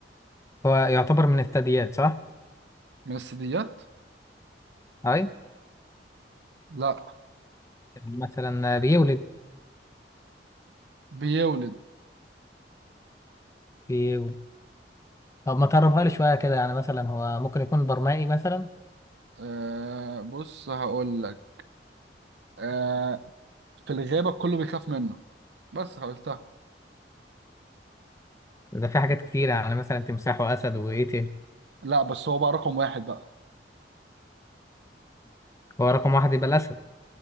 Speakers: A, on the left; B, on the right.
A: هو يعتبر من الثدييات صح
B: من الثدييات
A: اي
B: لا
A: مثلا بيولد
B: بيولد
A: بيولد طب ما تقربها لي شويه كده يعني مثلا هو ممكن يكون برمائي مثلا
B: آه بص هقول لك آه، في الغابة كله بيخاف منه بس قلتها
A: ده في حاجات كتيره يعني مثلا تمساح واسد وايه تاني
B: لا بس هو بقى رقم واحد بقى
A: هو رقم واحد يبقى الاسد